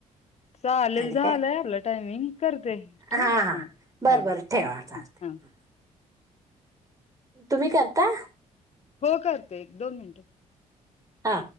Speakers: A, on the left; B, on the right.
A: चालेल
B: आणि
A: झालंय
B: काय
A: आपलं टायमिंग करते. ठेवू?
B: हा हा
A: ह
B: बरं
A: हा.
B: <unintelligible>
A: हा.
B: तुम्ही करता?
A: हो करते एक दोन मिनट.
B: हा.